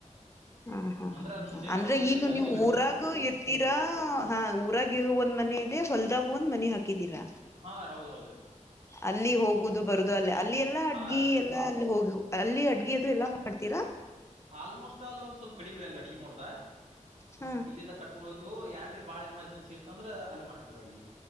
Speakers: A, on the left (about 20°); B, on the right (about 60°).
A: ಹಾ ಹಾ ಹಾ
B: ಅಂದ್ರ ಮುಂಜೆನೆ
A: ಹಾ ಅಂದ್ರೆ
B: ಹೋಗ್ತೀವ್ರೀ
A: ಈಗ
B: ಸಂಜೆಗಡ್ಸಕ್
A: ನೀವು ಊರಾಗ
B: ಬರ್ತೀವ್ರ ನಾ
A: ಇರ್ತೀರಾ ಹಾ ಊರಾಗ ಒಂದ್ ಮನೆ ಇದೆ ಹೊಲ್ದಾಗ ಒಂದ್ ಮನೆ ಹಾಕಿದೀರಾ
B: ಹಾ ಹೌದ್ ಹೌದ್ರಿ
A: ಅಲ್ಲಿ ಹೋಗುದು ಬರುದು ಅಲ್ಲ ಅಲ್ಲಿ ಎಲ್ಲಾ ಅಡ್ಗಿ
B: ಹಾ ರೀ
A: ಎಲ್ಲಾ ಅಲ್ಲಿ ಹೋಗ ಅಲ್ಲಿ ಅಡ್ಗೆ ಅದು ಎಲ್ಲ ಮಾಡ್ತೀರಾ
B: ಆಲ್ಮೋಸ್ಟ್ ಆಲ್ ಒಂದ್ ಸ್ವಲ್ಪ ಕಡಿಮೆ ಅಡ್ಗೆ ಮಾಡ್ದ
A: ಹಾ
B: ಇಲ್ಲಿಂದ ಕಕೊಂಡ್ ಹೋಗ್ತಿವ ಯಾನ್ರೆ ಬಾಳ ಎಮರ್ಜನ್ಸಿ ಇ ಅಂದ್ರ ಅಲ್ಲಿ ಮಾಡ್ತವ್ ಅಡಗಿ